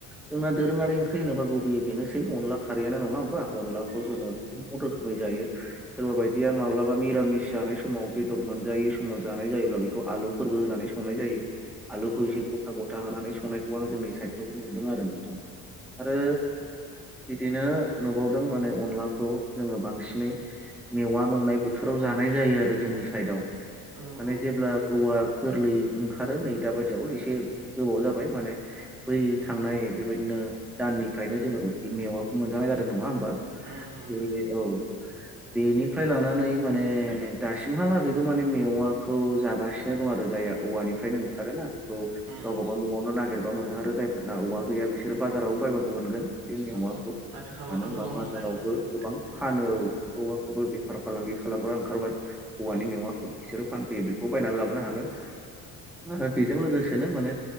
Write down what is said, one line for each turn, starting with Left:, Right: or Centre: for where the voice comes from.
Centre: जोंना दोरोङारि ओंख्रि होनोबा गुब बोयै बेनोसै अनला खारैआनो नङा होमबा अनलाखौ
Right: औ
Centre: जोङो <unintelligible> रोखोमै जायो सोरबा बायदिया मा माब्लाबा मिरामिस जानाय समाव बेदर मोनजायै समाव जानाय जायोब्ला बेखौ आलुफोरबो होनानै संनाय जायो आलुखौ
Right: औ
Centre: एसे गथा गथा होनानै संनायखौ आं जोंनि सायदआव नुदों आरो नोंथां आरो
Right: <unintelligible>
Centre: बिदिनो नुबावदों माने अनलाखौ जोङो बांसिनै मेवा मोननाय बोथोराव जा जानाय जायो आरो जोंनि साइडआव
Right: औ
Centre: माने
Right: औ
Centre: जेब्ला औवा गोरलै ओंखारो नै दा बायदियाव एसे गोबाव जाबाय माने बै थांनाय बेबायदिनो दाननि फ्रायनो जोङो बे मेवाखौ मोनजानाय जादों नङा होमबा
Right: उम मोनजादों
Centre: बेनिनो औ बेनिफ्राय लानानै माने दासिमहालागैबो माने मेवाखौ जागासिनो दं आरो ओजाया औवानिफ्रायनो ओंखारोना बेखौ
Right: उम
Centre: गावबा गाव न'आवनो नागेरबा मोनो आरो जायफोरना औवा गैया बिसोर बाजाराव बायबाबो मोनगोन बे मेवाखौ
Right: औ आथिखालावथ'
Centre: मानो होमबा
Right: गोबां
Centre: बाजारावबो
Right: बेफार दङ
Centre: गोबां फानोऔ
Right: ना
Centre: औवाखौबो बेफार फालांगि खालामग्रा ओंखारबाय औवानि
Right: उम
Centre: मेवाखौ बिसोरो फानफैयो बेखौ बायनानै लाबोनो हागोन
Right: <inaudible>
Centre: आरो बेजों लोगोसेनो माने